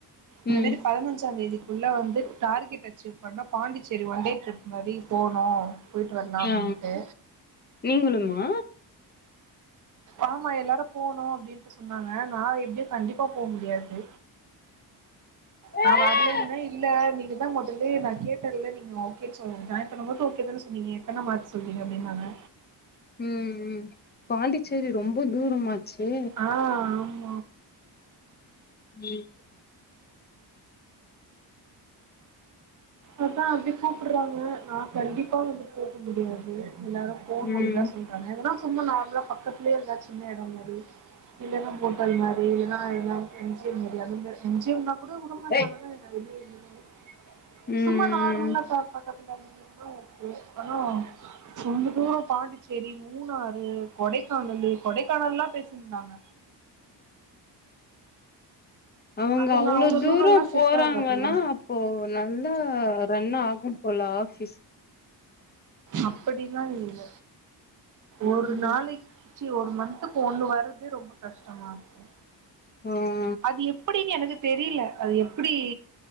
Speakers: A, on the right; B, on the left.
A: இந்த
B: ம்
A: மேரி பதினஞ்சா தேதிக்கு ள்ள வந்து டார்கெட் அச்சீவ் பண்ணா பாண்டிச்சேரி ஒன் டே ட்ரிப் மாரி போனு போயிட்டு வரலா அப்டின்ட்டு
B: ஆ நீங்களுமா
A: ஆமா எல்லாரும் போணு அப்டின்ட்டு சொன்னாங்க நா எப்டியு கண்டிப்பா போ முடியாது நா
B: ம்
A: வர்லன் தா இல்ல நீங்க அதா மொதல்லயே நா கேட்டன்ல நீங்க ஓக்கே சொல் ஜாயின் பண்ணபோது ஓக்கே தான சொன்னீங்க இப்ப என்ன மாத்தி சொல்றீங்க அப்டின்னாங்க
B: ம் ம் பாண்டிச்சேரி ரொம்ப தூரமாச்சே
A: ஆ ஆ
B: ம்
A: அதா அப்டி கூப்புட்றாங்க நா கண்டிப்பா அங்க போக முடியாது எல்லாரு போனுன்தா
B: ம்
A: சொ ல்றாங்க எதுனா சும்மா நார்மலா பக்கத்துலயே ஏதாச் சின்ன எடோ மாரி இல்லன்னா ஹோட்டல் மாரி னா எலாம் எம் ஜி எம் மேரி அந்த மே எம் ஜி எம் னா கூட உடமாட்டாங்கதா
B: ம்
A: என்ன வெளிய எங்கயுமே
B: ம்
A: சும்மா நார்மலா பாக்கறது <inaudible> ஓக்கே ஆன ரொம்ப தூரோ பாண்டிச்சேரி மூணாறு கொடைக்கானலு கொடைக்கானல்லா பேசிருந்தாங்க
B: அவுங்க
A: அதெல்லா
B: அவ்ளோ தூரோ
A: தூரல்லா
B: போறாங்கன்னா
A: செட் ஆகாதுல்ல
B: அப் போ நல்லா ரன்னாகும் போல ஆஃபிஸ்
A: அப்டில்லா இல்ல
B: ம்
A: ஒரு நாளை ச்சி ஒரு மந்த்துக்கு ஒண்ணு வர்ரதே ரொம்ப கஷ்டமா இருக்கு
B: ம்
A: அது எப்புடின் எனக்கு தெரில அது எப்டி